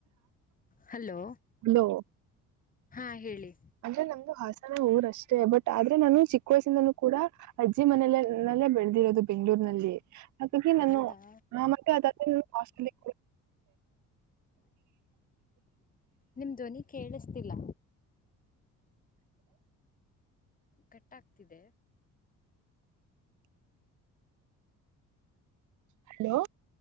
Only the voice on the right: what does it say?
ಅಲೋ
ಅಂದ್ರೆ ನಮ್ದು ಹಾಸ ನ ಊರಷ್ಟೇ ಬಟ್ ಆದ್ರೆ ನಾನು ಚಿಕ್ಕ ವಯಸ್ಸಿಂದನೂ ಕೂಡ ಅಜ್ಜಿ ಮನಲ್ಲೇ ಬೆಳೆದಿರೋದು ಬೆಂಗ್ಗಳೂರ್ನಲ್ಲಿ ಹಾಗಾಗಿ
ನಾನು ಆ ಮತ್ತೆ ಅದಾದ ಕಸ್ಲಿ
ಹಲೋ